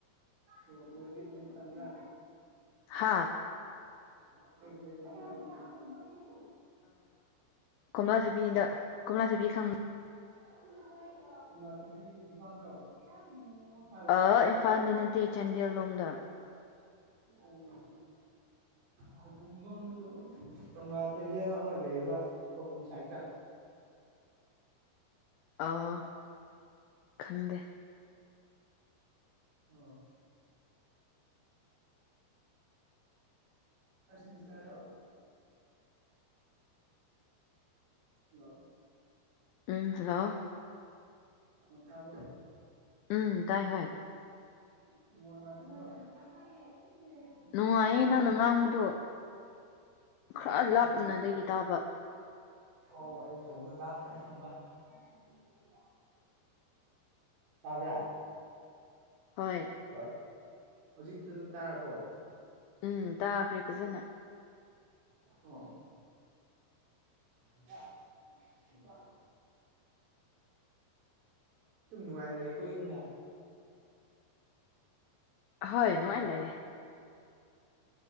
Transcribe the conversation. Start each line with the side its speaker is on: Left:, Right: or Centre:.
Right: ꯑꯣ ꯀꯔ ꯀ ꯄꯨꯅꯤꯁ ꯇ
Left: ꯍꯥ
Right: ꯍꯕꯨꯁ <unintelligible>
Left: ꯀꯣꯝꯂꯥ ꯁꯕꯤꯗ ꯀꯣꯝꯂꯥ ꯁꯕꯤ ꯈꯪꯕ
Right: <unintelligible>
Left: ꯑ ꯏꯝꯐꯥꯜꯗ ꯅꯠꯇꯦ ꯆꯥꯟꯗꯦꯜ ꯂꯣꯝꯗ
Right: ꯎꯝ ꯈꯄꯨꯝꯕ ꯑꯃꯁꯨ ꯇꯣꯉ ꯊꯩꯕꯤ ꯍꯥꯏꯕ ꯑꯃ ꯂꯩꯌꯦꯕ ꯄꯕꯨꯝ ꯁꯥꯏꯗ
Left: ꯑꯥ ꯈꯪꯗꯦ
Right: <inaudible> ꯐꯔꯁ ꯁꯦꯃꯤꯁꯇꯔꯔꯣ ꯍꯜꯂꯣ
Left: ꯎꯝ ꯍꯜꯂꯣ
Right: ꯎꯇꯥꯔꯣ
Left: ꯎꯝ ꯇꯥꯏ ꯍ
Right: <unintelligible>
Left: ꯅꯨꯡꯉꯥꯏꯌꯦ ꯅꯪꯅ ꯉꯥꯡꯕꯗꯣ ꯈꯔ
Right: ꯐꯖꯅ
Left: ꯂꯥꯞꯅꯗꯒꯤ
Right: ꯇꯥꯕ꯭ꯔꯣ
Left: ꯇꯥꯕ
Right: ꯑꯣ ꯑꯩ ꯐꯣꯟꯗꯣ ꯂꯥꯞꯂꯤ ꯈꯔ ꯊꯝꯕ ꯎ ꯎꯝ ꯃꯕ꯭ꯔ
Left: ꯍꯣꯏ
Right: ꯍꯜꯂꯣ ꯍꯧꯖꯤꯛꯇ ꯇꯥꯔꯕꯣ
Left: ꯎꯝ ꯇꯥꯈ꯭ꯔꯦ ꯐꯖꯅ
Right: ꯑ ꯍꯀ ꯍꯀ ꯁꯨꯝ ꯅꯨꯡꯉꯥꯏꯅ ꯂꯩꯀꯣ ꯌꯨꯝꯗ
Left: ꯍꯣꯏ ꯅꯨꯡꯉꯥꯏ
Right: ꯍꯜꯂꯣ
Left: ꯂꯩꯌꯦ